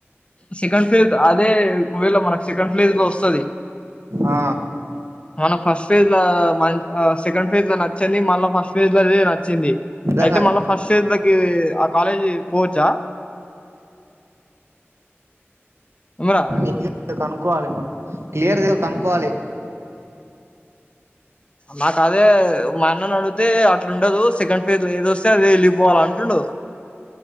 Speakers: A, on the left (about 25°); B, on the right (about 75°).
A: సెకండ్ ఫేజ్ అదే ఒకవేళ మనకు సెకండ్ ఫ్లేజ్ లో వస్తది.
B: ఆ
A: మన ఫస్ట్ ఫేజ్ ల మ సెకండ్ ఫేజ్ లొ నచ్చని మళ్ళ ఫస్ట్ ఫేజ్ లది నచ్చింది.
B: అర్థం
A: అయితే
B: కాలే
A: మళ్ళ ఫస్ట్ ఫేజ్ లకి ఆ కాలేజీ పోవచ్చా! మురా
B: క్లియర్ కనుక్కోవాలి మనం క్లియర్ది కనుక్కోవాలి.
A: మాకు అదే మా అన్నను అడిగితే అట్లు ఉండదు. సెకండ్ ఫెజ్ లో ఏద ఒస్తే అదే ఎళ్ళిపోవాలి అంటుండు.